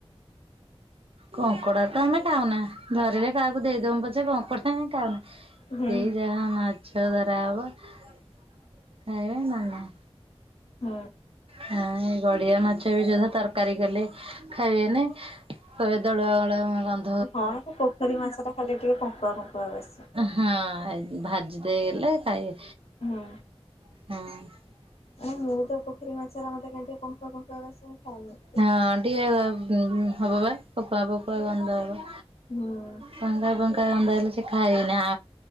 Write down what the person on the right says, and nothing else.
କଙ୍କଡା ତ ଆମେ ଖାଉନା। ଧରିଲେ କାହାକୁ ଦେଇଦୋମୁ ପଛେ କଙ୍କଡା ଆମେ ଖାଉ ସେଇ
ଯାହା ମା ଛ ଧରା ହବ ଖାଇବେ ନ ନାହିଁ।
ହଁ ଏ ଗଡିଆ ମାଛ ବି ସୁଧା ତର୍କାରୀ କଲେ ଖାଇବେନି କଇଏ ଦଳୁଆ ମଳୁଆ ଗଁ
ହଁ ଭାଜି ଦେଇଗଲେ ଖାଇ
ହୁଁ।
ହଁ ଟିକେ ହବ ବା ପକଆ ପକୁଆ ଗନ୍ଧ ହବ।
ପଙ୍କୁଆ ପଙ୍କୁଆ ଗନ୍ଧ ହେଲେ ସେ ଖାାଇଏନି ଆ